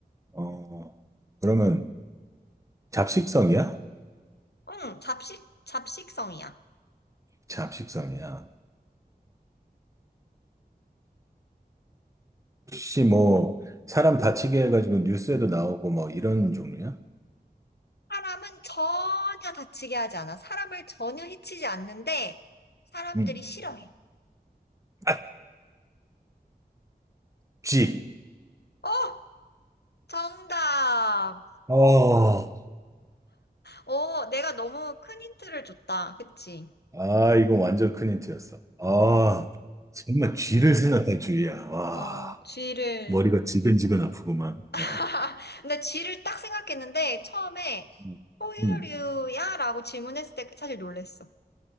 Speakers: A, on the right (about 20°); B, on the left (about 75°).
A: 어, 그러면 잡식성이야?
B: 응, 잡식, 잡식성이야.
A: 잡식성이야. 혹시 뭐, 사람 다치게 해가지고 뉴스에도 나오고 뭐 이런 종류야?
B: 사람은 전혀 다치게 하지 않아. 사람을 전혀 해치지 않는데 사람들이
A: 응.
B: 싫어해.
A: 아, 쥐!
B: 어! 정답!
A: 어,
B: 어, 내가 너무 큰 힌트를 줬다. 그치?
A: 아, 이거 완전 큰 힌트였어. 아, 정말 쥐를 생각할 줄이야. 와.
B: 어, 쥐를.
A: 머리가 지근지근 아프구만.
B: <laughs>
A: 어.
B: 근데 쥐를 딱 생각했는데 처음에
A: 음.
B: 포유류야?
A: 음.
B: 라고 질문했을 때 사실 놀랬어.